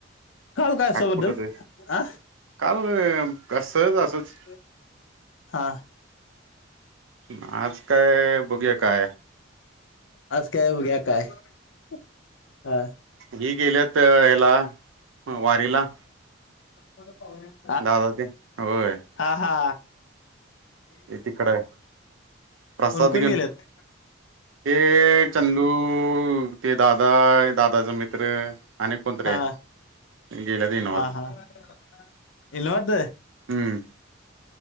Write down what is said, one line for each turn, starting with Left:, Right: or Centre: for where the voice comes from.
Left: काल काय अस
Right: खाटखुट
Left: होत
Right: होतं
Left: आ.
Right: काल सहज असच.
Left: ह हा.
Right: आज काय. बघूया काय
Left: असज काय उद्या काय हा.
Right: ही गेलेत ह्याला वारीला.
Left: प परत <unintelligible>
Right: दादा त्यो होय.
Left: हा हा.
Right: ते तिकड हाय. प्रसाद
Left: कोण कोण
Right: घेऊन
Left: गेलेत
Right: ए चंदू ते दादा दादाचा मि त्र आणि कोणतरी
Left: हा
Right: हाय गेल्याती न्हव
Left: हा हा. इनवात.
Right: हम्म.